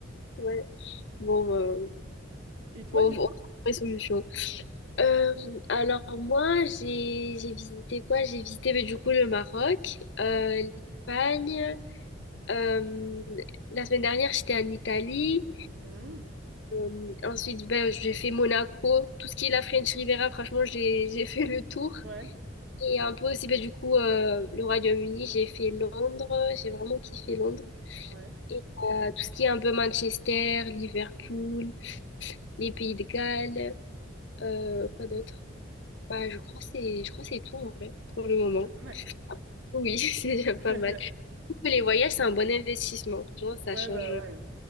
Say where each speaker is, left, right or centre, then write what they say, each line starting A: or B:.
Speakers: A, on the left (about 60°); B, on the right (about 75°).
A: Ouais. Bon, euh,
B: <laughs> Et toi,
A: bon,
B: du
A: on va
B: coup?
A: trouver solution. Euh, alors moi, j'ai j'ai visité quoi? J'ai visité mais du coup le Maroc,
B: Ouais.
A: euh, l'Espagne. euh, la semaine dernière, j'étais en Italie.
B: Mmh.
A: Euh, ensuite, ben, j'ai fait Monaco. Tout ce qui est la French Riviera, franchement, j'ai j'ai fait le tour.
B: Ouais,
A: Et un peu aussi, ben, du coup, euh, le Royaume-Uni, j'ai fait Londres. J'ai vraiment kiffé Londres.
B: ouais.
A: Et euh, tout ce qui est un peu Manchester, Liverpool, les Pays de Galles, euh, quoi d'autre? Bah, je crois que c'est, je crois que c'est tout en vrai pour le moment.
B: C'est déjà pas mal.
A: Oui, <laughs> c'est déjà
B: <laughs>
A: pas mal. Les voyages, c'est un bon investissement. Franchement, ça
B: Ouais,
A: change.
B: bah ouais.